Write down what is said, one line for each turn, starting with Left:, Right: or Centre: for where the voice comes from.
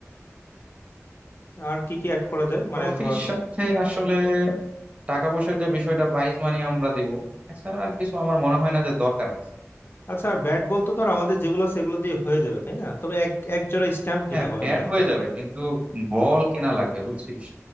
Left: আর কি কি অ্যাড করা যায় মানে
Right: ট্রফির
Left: ধর
Right: সাথে আসলে টাকা পয়সার যে বিষয়টা প্রাইজ মানি আমরা দিব এছাড়া আর কিছু আমার মনে হয় না যে দরকার আছে
Left: আচ্ছা আর ব্যাট বল তো ধর আমাদের যেগুলো আছে সেগুলো দিয়ে হয়ে যাবে তাই না তবে এক এক জোড়া স্ট্যাম্প
Right: হ্যাঁ
Left: নিতে হবে
Right: ব্যাট
Left: মনে হয়
Right: হয়ে
Left: তোর
Right: যাবে কিন্তু বল কেনা লাগবে বুঝছিস